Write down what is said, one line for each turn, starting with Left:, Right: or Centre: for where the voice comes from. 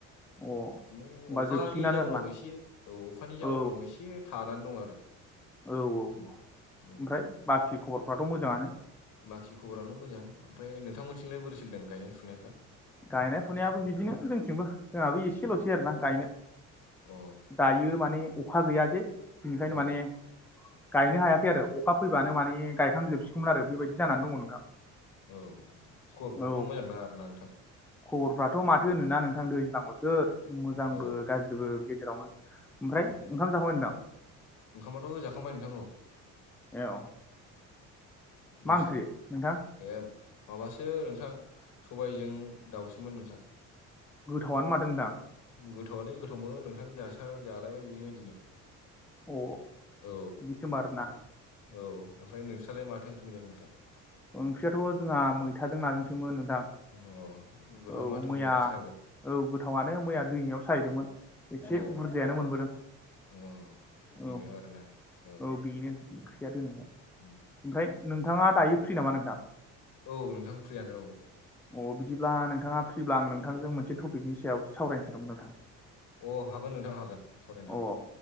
Centre: अ होमबा
Left: बिदिनो अखानि
Centre: जोबसिगोनानो
Left: जाउनाव
Centre: आरोना
Left: एसे औ अखानि जाउनाव
Centre: औ
Left: एसे थानानै दं आरो
Centre: औ औ ओमफ्राय
Left: बिदिनो नंगौ
Centre: बाखि खबरफ्राथ' मोजाङानो
Left: बाखि खबरानो मोजां ओमफ्राय नोंथांमोनथिंलाय बोरै सोलिदों गायनाय फुनायफ्रा
Centre: गायनाय फुनायाबो बिदिनो जोंथिंबो जोंहाबो एसेल'सै आरोना गायनो
Left: अ
Centre: दायो माने अखा गैया जे बिनिखायनो
Left: अ
Centre: माने
Left: अ
Centre: गायनो हायाखै आरो अखा फैबानो माने गायखांजोबसिगौमोन आरो बेबायदि जानानै दङ नोंथां
Left: औ खबरफ्राथ'
Centre: औ
Left: मोजां नाङा आर ना नोंथां
Centre: खबरफ्राथ' माथो होनोना नोंथां दैज्लां बोथोर मोजांबो
Left: औ
Centre: गाज्रिबो गेजेरावनो ओमफ्राय
Left: औ
Centre: ओंखाम जाखांबाय नोंथां
Left: ओंखामाथ' जाखांबाय नोंथां औ
Centre: औ मा
Left: नोंसा
Centre: ओंख्रि नोंथां
Left: ए माबासो नोंथां सबायजों दाउसोमोन नोंथां
Centre: गोथावनो मादोंदां
Left: गोथौआलाय गोथावमोन नोंथां जास जालायबाय बिदिनो दिनै
Centre: अ
Left: औ
Centre: बिदिसोमा आरोना
Left: औ ओमफ्राय नोंस्रलाय माथो ओखोमै जागोन नोंथां
Centre: ओंख्रियाथ' जोंहा मैथाजों नाजोंसोमोन नोंथां
Left: अ गोथौआनो
Centre: औ
Left: माथो
Centre: मैया
Left: होनब नोंसिनाबो
Centre: औ गोथावनो मैया दैमायाव साहैदोंमोन एसे
Left: अ
Centre: बुरजायानो मोनबोदों
Left: अ
Centre: औ
Left: दैम मार ना औ
Centre: बेनो ओंख्रिया दोननायहाय
Left: उम
Centre: ओमफ्राय नोंथाङा दायो फ्रि नामा नोंथां
Left: औ नोंथां फ्रियानो औ
Centre: अ बिदिब्ला नोंथाङा फ्रिब्ला आं नोंथांजों मोनसे टपिकनि सायाव सावरायनो सानदोंमोन नोंथां
Left: अ हागोन नोंथां हागोन सावरायनो हागोन
Centre: अ